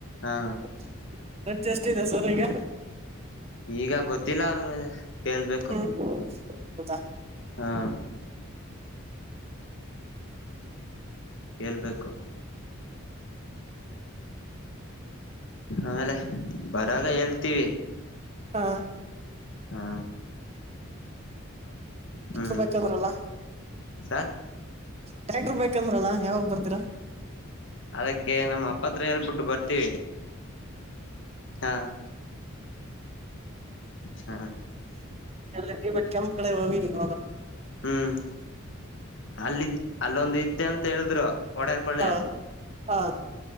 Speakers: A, on the left (about 60°); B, on the right (about 30°).
A: ಹಾ
B: <unintelligible> ಎಷ್ಟದೆ ಸೋರ್ ಈಗ
A: ಈಗ ಗೊತ್ತಿಲ್ಲ ಅವರು ಕೇಳ್ಬೇಕು.
B: ಹ್ಮ್ ಹೌದಾ
A: ಹಾ ಕೇಳ್ಬೇಕು ಆಮೇಲೆ ಬರಾಗ ಹೇಳ್ತೀವಿ
B: ಹಾ
A: ಹಾ ಹ್ಮ್
B: ವ ಬ ಅವ್ರಲ್ಲ
A: ಸ
B: ಟ್ಯಾಕ್ಟರ್ ಬೇಕಂದ್ರಲ್ಲಾ ಯಾವಾಗ ಬರ್ತಿರಾ
A: ಅದಕ್ಕೆ ನಮ್ಮ ಅಪ್ಪತ್ರ ಹೇಳ್ಬಿಟ್ಟು ಬರ್ತೀವಿ ಹಾ ಹ್ಮ
B: ಎಲ್ಲ ಬಟ್ ಕೆಂಪ ಕಡೆ ಹೋಗಿ ಇವಾಗ
A: ಹ್ಮ್ ಅಲ್ಲಿದ್ದ ಅಲ್ಲೊಂದು ಇದ್ದೆ ಅಂತ ಹೇಳಿದ್ರು ಒಡಾರ್ ಪೊಳ್ಳೆಯ
B: ಹಾ ಹಾ